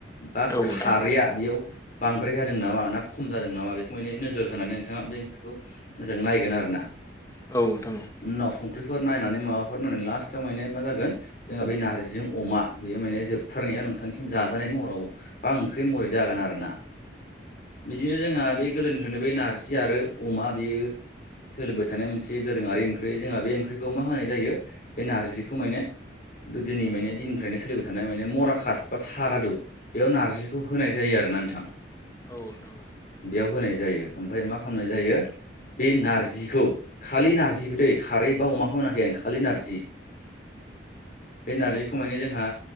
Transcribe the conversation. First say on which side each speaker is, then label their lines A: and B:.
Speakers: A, on the left (about 45°); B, on the left (about 20°).
A: बा
B: नोंथां
A: खारैया बेयाव बांद्राय जादों नामा ना खम जादों नामा बेखौ माने नोजोर होनानै नोंथाङा बे ओंख्रिखौ मोजां नायगोन आरोना।
B: औ नोंथां औ नोंथां औ औ नोंथां औ
A: उनाव संख्रिफोर नायनानै माबाफोर नायनानै लास्टाव माने मा जागोन जोंहा बे नार्जिजों अमा बेयो माने जोबथारनायाव नोंथांनिसिम जाजानाय महराव बा ओंख्रि महरै जागोन आरोना। बिदिनो जोंहा बे गोदोनिफ्रायनो बे नारजि आरो अमा बेयो सोलिबाय थानाय मोनसे दोरोङारि ओंख्रि जोंहा बे ओंख्रिखौ मा होनाय जायो बे नारजिखौ माने गोदोनि माने दिननिफ्रायनो स माने मराकास बा सारादु बेयाव नारजिखौ होनाय जायो आरोना नोंथां।
B: औ नोंथां
A: बेयाव होनाय जायो ओमफ्राय मा खालामनाय जायो बे नारजिखौ खालि नारजिखो दै खारै बा अमाखौ होनाखै आं खालि नारजि बे नारजिखौ माने जोंहा